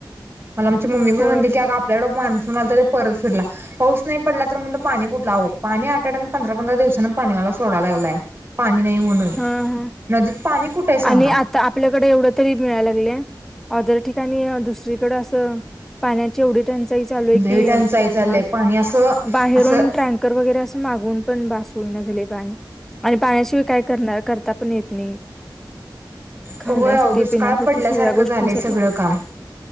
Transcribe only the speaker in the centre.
होय
हा हा
आणि आता आपल्याकडे एवढं तरी मिळायला लागलय ओदर ठिकाणी दुसरी कड असं पाण्याची एवढी टंचाई चालू आहे
की
हा
बाहेरून
टँकर वगैरे असं मागून पण बास होईना झाले पाणी आणि पाण्याशिवाय काय न करता पण येत नाही खाण्यासाठी
पिण्यासाठी
सगळ्या गोष्टींसाठी